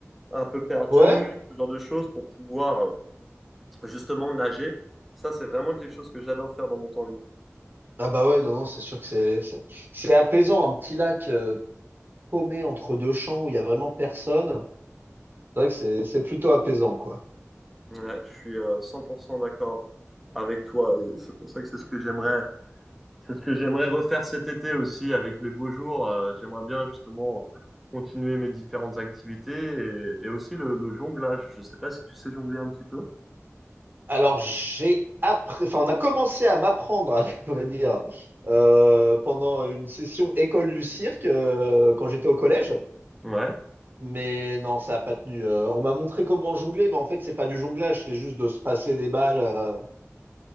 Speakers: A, in the centre; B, on the right.
A: un peu perdus,
B: Ouais?
A: ce genre de choses, pour pouvoir euh, justement nager. Ça, c'est vraiment quelque chose que j'adore faire dans mon temps libre.
B: Ah bah ouais, non, non, c'est sûr que c'est, c'est c'est apaisant, un petit lac euh, paumé entre deux champs où il y a vraiment personne. C'est vrai que c'est, c'est plutôt apaisant, quoi.
A: Ouais, je suis euh, 100% d'accord avec toi et c'est pour ça que c'est ce que j'aimerais c'est ce que j'aimerais refaire cet été aussi avec les beaux jours. Euh, j'aimerais bien justement continuer mes différentes activités et, et aussi le, le jonglage. Je sais pas si tu sais jongler un petit peu.
B: Alors, j'ai appris, enfin, on a commencé à m'apprendre, à <laughs> vrai dire, euh, pendant une session école du cirque euh, quand j'étais au collège.
A: Ouais,
B: Mais non, ça n'a pas tenu. Euh, on m'a montré comment jongler, mais en fait, c'est pas du jonglage, c'est juste de se passer des balles. euh.